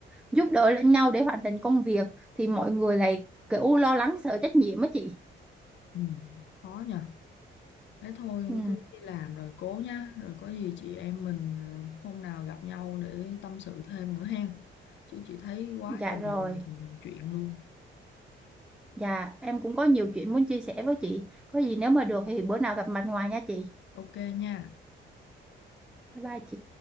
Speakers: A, in the centre; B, on the left (about 65°).
A: giúp đỡ lẫn nhau để hoàn thành công việc thì mọi người lại kiểu lo lắng sợ trách nhiệm á chị.
B: Ừ, khó nha. Thế thôi
A: Ừ,
B: cứ đi làm rồi cố nha, rồi có gì chị em mình ờ, hôm nào gặp nhau để tâm sự thêm nữa hen. Chứ chị thấy quá
A: dạ
B: trời
A: rồi.
B: là chuyện luôn.
A: Dạ, em cũng có nhiều chuyện muốn chia sẻ với chị. Có gì nếu mà được thì bữa nào gặp mặt ngoài nha chị.
B: Ok nha.
A: Bye bye chị.